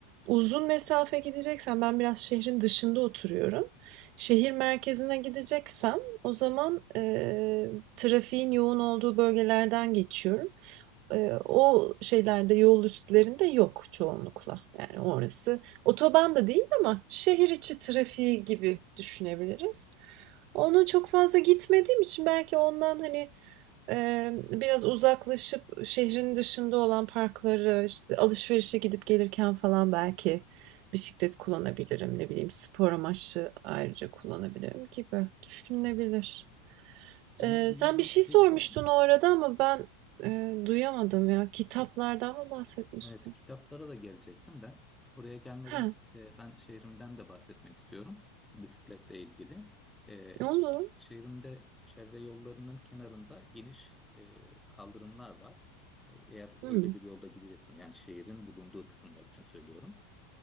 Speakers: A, on the right; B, in the centre.
A: uzun mesafe gideceksem ben biraz şehrin dışında oturuyorum. Şehir merkezine gideceksem o zaman, eee, trafiğin yoğun olduğu bölgelerden geçiyorum. Eee, o şeylerde, yol üstlerinde yok çoğunlukla. Yani orası otoban da değil ama şehir içi trafiği gibi düşünebiliriz. Onun çok fazla gitmediğim için belki ondan hani eee, biraz uzaklaşıp şehrin dışında olan parkları, işte alışverişe gidip gelirken falan belki bisiklet kullanabilirim. Ne bileyim spor amaçlı ayrıca kullanabilirim gibi düşünülebilir.
B: Benim
A: Eee,
B: bulunduğum
A: sen bir şey
B: şehirde
A: sormuştun
B: de
A: orada ama ben eee, duyamadım ya. Kitaplardan mı bahsetmiştin?
B: Evet, kitaplara da gelecektim de oraya gelmeden
A: He,
B: e, ben şehrimden de bahsetmek istiyorum bisikletle ilgili. E,
A: olur.
B: şehrimde çevre yollarının kenarında geniş e, kaldırımlar var. E, eğer
A: Hmm.
B: öyle bir yolda gideceksin yani şehrin bulunduğu kısımlar için söylüyorum.